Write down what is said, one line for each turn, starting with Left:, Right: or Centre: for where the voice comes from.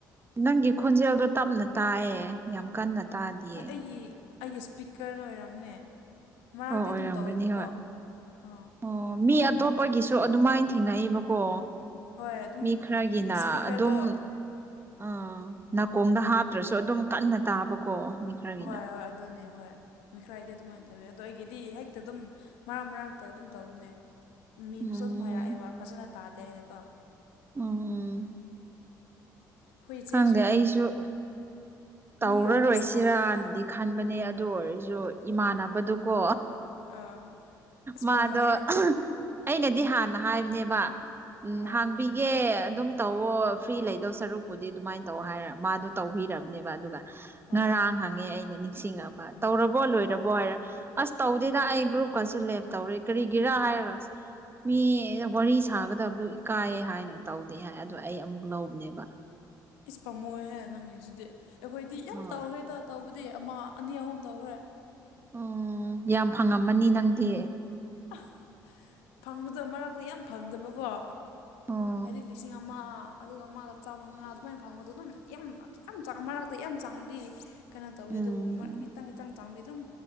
Right: ꯅꯪꯒꯤ ꯈꯣꯟꯖꯦꯜꯗꯣ ꯇꯞꯅ ꯇꯥꯏꯌꯦ ꯌꯥꯝ ꯀꯟꯅ ꯇꯥꯗꯤꯌꯦ
Left: ꯍꯣꯏ ꯑꯩꯒꯤ ꯑꯩꯒꯤ ꯏꯁꯄꯤꯀꯔꯅ ꯑꯣꯏꯔꯝꯅꯦ ꯃꯔꯥꯛꯛꯇꯤ
Right: ꯑꯣ ꯑꯣꯏꯔꯝꯒꯅꯤ
Left: ꯑꯗꯨꯝ ꯇꯧꯋꯦꯕꯀꯣ
Right: ꯍꯣꯏ
Left: ꯑꯥ
Right: ꯑꯣ ꯃꯤ ꯑꯇꯣꯞꯄꯒꯤꯁꯨ ꯑꯗꯨꯃꯥꯏꯅ ꯊꯦꯡꯅꯏꯕꯀꯣ
Left: ꯍꯣꯏ ꯑꯗꯨꯝ
Right: ꯃꯤ ꯈꯔꯒꯤꯅ
Left: ꯏꯁꯄꯤꯀꯔꯗꯣ
Right: ꯑꯗꯨꯝ ꯑꯥ ꯅꯥꯀꯣꯡꯗ ꯍꯥꯞꯇ꯭ꯔꯁꯨ ꯑꯗꯨꯝ ꯀꯟꯅ ꯇꯥꯕꯀꯣ ꯃꯤ ꯈꯔꯒꯤꯅ
Left: ꯍꯣꯏ ꯍꯣꯏ ꯑꯗꯨꯅꯦ ꯍꯣꯏ ꯃꯤꯈ꯭ꯔꯥꯏꯗꯤ ꯑꯗꯨꯃꯥꯏꯅ ꯇꯧꯋꯤ ꯑꯗꯣ ꯑꯩꯒꯤꯗꯤ ꯍꯦꯛꯇ ꯑꯗꯨꯝ ꯃꯔꯛ ꯃꯔꯛꯇ ꯑꯗꯨꯝ ꯇꯧꯕꯅꯦ ꯃꯤꯅꯁꯨ
Right: ꯎꯝ
Left: ꯑꯗꯨꯝ ꯍꯥꯏꯔꯛꯑꯦꯕ ꯐꯖꯅ ꯇꯥꯗꯦ ꯍꯥꯏꯅꯀꯣ
Right: ꯎꯝ ꯎꯝ
Left: ꯑꯩꯈꯣꯏ ꯏꯆꯦꯁꯨ
Right: ꯈꯪꯗꯦ ꯑꯩꯁꯨ ꯇꯧꯔꯔꯣꯏꯁꯤꯔꯅꯗꯤ
Left: ꯃꯤꯒ ꯋꯥꯔꯤ ꯁꯥꯕꯗꯣ ꯇꯜ
Right: ꯈꯟꯕꯅꯦ ꯑꯗꯨ ꯑꯣꯏꯔꯁꯨ ꯏꯃꯥꯟꯅꯕꯗꯨꯀꯣ
Left: ꯑꯥ ꯑꯁ
Right: ꯃꯥꯗꯣ
Left: ꯄꯥꯝꯃꯣꯏꯍꯦ
Right: ꯑꯩꯅꯗꯤ ꯍꯥꯟꯅ ꯍꯥꯏꯕꯅꯦꯕ ꯎꯝ
Left: ꯑꯥ
Right: ꯄꯤꯒꯦ ꯑꯗꯨꯝ ꯇꯧꯋꯣ ꯐ꯭ꯔꯤ ꯂꯩꯗꯧ ꯁꯔꯨꯛ ꯄꯨꯨꯗꯤ ꯑꯗꯨꯃꯥꯏꯅ ꯇꯧ ꯍꯥꯏꯔ ꯃꯥꯗꯣ ꯇꯧꯕꯤꯔꯕꯅꯦꯕ ꯑꯗꯨꯒ
Left: ꯑꯥ
Right: ꯉꯔꯥꯡ ꯍꯪꯉꯦ ꯑꯩꯅ ꯅꯤꯡꯁꯤꯡꯉ꯫ ꯇꯧꯔꯕꯣ ꯂꯣꯏꯔꯕꯣ
Left: ꯑꯥ
Right: ꯍꯥꯏꯔ ꯑꯁ ꯇꯧꯗꯦꯗ ꯑꯩ ꯒ꯭ꯔꯨꯞꯀꯁꯨ ꯂꯦꯞ ꯇꯧꯔ꯫ ꯀꯔꯤꯒꯤꯔ ꯍꯥꯏꯔ ꯑꯁ꯫ ꯃꯤ ꯋꯥꯔꯤ ꯁꯥꯒꯗꯕꯗꯨ ꯏꯀꯥꯏꯌꯦ ꯍꯥꯏꯅ ꯇꯧꯗꯦ ꯍꯥꯏ ꯑꯗꯣ ꯑꯩ ꯑꯃꯨꯛ ꯂꯧꯕꯅꯦꯕ꯫
Left: ꯏꯁ ꯄꯝꯃꯣꯏꯍꯦ ꯅꯪꯉꯤꯁꯤꯗꯤ ꯑꯩꯈꯣꯏꯗꯤ ꯌꯥꯝ
Right: ꯍꯣꯏ
Left: ꯇꯧꯈ꯭ꯔꯦꯗ ꯇꯧꯕꯗꯤ ꯑꯃ ꯑꯅꯤ ꯑꯍꯨꯝ ꯇꯧꯈ꯭ꯔꯦ꯫
Right: ꯎꯝ ꯌꯥꯝ ꯐꯪꯉꯝꯃꯅꯤ ꯅꯪꯗꯤ꯫
Left: <inaudible> ꯐꯪꯕꯗꯣ ꯃꯔꯥꯛꯛꯇ ꯌꯥꯝ ꯐꯪꯗꯕꯀꯣ꯫
Right: ꯑꯣ
Left: ꯍꯥꯏꯗꯤ ꯂꯤꯁꯤꯡ ꯑꯃ ꯑꯗꯨꯒ ꯑꯃꯒ ꯆꯥꯝꯃꯉꯥ ꯑꯗꯨꯃꯥꯏꯅ ꯐꯪꯕꯗꯣ ꯑꯗꯨꯝ꯫ ꯌꯥꯝ ꯌꯥꯝ ꯃꯔꯛꯇ ꯌꯥꯝ ꯆꯥꯡꯅꯗꯤ ꯀꯩꯅꯣ ꯇꯧꯋꯦ
Right: ꯎꯝ
Left: ꯑꯗꯨꯕꯨꯛ ꯈꯤꯇꯪ ꯈꯤꯇꯪ ꯇꯥꯡꯕꯤ ꯑꯗꯨꯝ